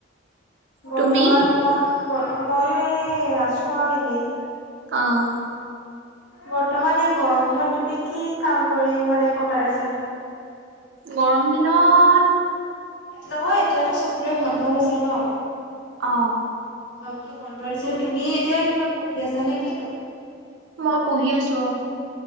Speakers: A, on the left; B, on the right.
A: বৰ্তমান
B: তুমি
A: সময় মই এ আছো আৰু এনেই।
B: অঁহ।
A: বৰ্তমান এই গৰম ধত তুমি কি কাম কৰি মানে কটাইছা?
B: গৰম দিনত-
A: নহয় এতিয়াতো চবৰে বন্ধ হৈছে ন?
B: অহ।
A: চবতটো বন্ধ দিছে, তুমি এতিয়া কিবা পঢ়ি আছা নে কিনো?
B: মই পঢ়ি আছো অ।